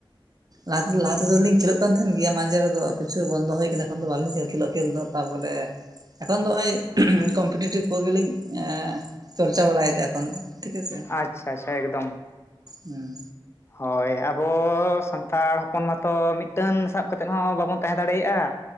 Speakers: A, on the right; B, on the left.
A: ᱞᱟᱦᱟ ᱞᱟᱦᱟ ᱛᱮᱫᱚᱞᱤᱧ ᱠᱷᱮᱞᱳ ᱠᱟᱱ ᱛᱟᱦᱮᱱ ᱜᱮᱭᱟ ᱢᱟᱡᱷᱮ ᱨᱮᱫᱚ ᱠᱤᱪᱷᱩ ᱵᱚᱱᱫᱚ ᱦᱩᱭ ᱟᱠᱟᱱᱟ ᱮᱠᱷᱚᱱ ᱫᱚ ᱵᱟᱞᱤᱧ ᱠᱷᱮᱞᱳᱜ ᱠᱷᱮᱞ ᱫᱚ ᱛᱟᱨᱯᱚᱨᱮ᱾ ᱮᱠᱷᱚᱱ ᱫᱚ ᱱᱚᱜᱭ ᱠᱚᱢᱯᱤᱴᱤᱵᱷ ᱠᱚᱜᱮᱞᱤᱧ ᱪᱚᱨᱪᱟ ᱵᱟᱲᱟᱭᱮᱫᱟ᱾ ᱠᱷᱚᱱ ᱫᱚ ᱴᱷᱤᱠᱪᱮ
B: ᱟᱪᱪᱷᱟ ᱟᱪᱪᱷᱟ ᱮᱠᱫᱚᱢ
A: ᱦᱮᱸ
B: ᱦᱳᱭ ᱟᱵᱚ ᱥᱟᱱᱛᱟᱲ ᱦᱚᱯᱚᱱ ᱢᱟᱛᱚ ᱢᱤᱫᱴᱟᱹᱱ ᱥᱟᱵ ᱠᱟᱛᱮᱫ ᱦᱚᱸ ᱵᱟᱵᱚᱱ ᱛᱟᱦᱮᱸ ᱫᱟᱲᱮᱭᱟᱜᱼᱟ᱾